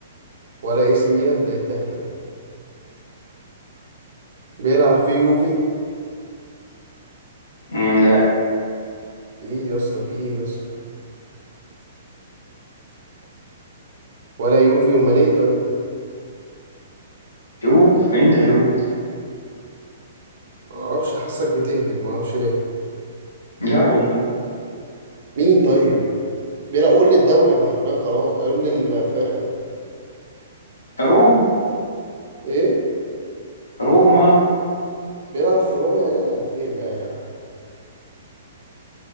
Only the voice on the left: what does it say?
مم، لا
شوف انت شوف
لا والله
روم
روما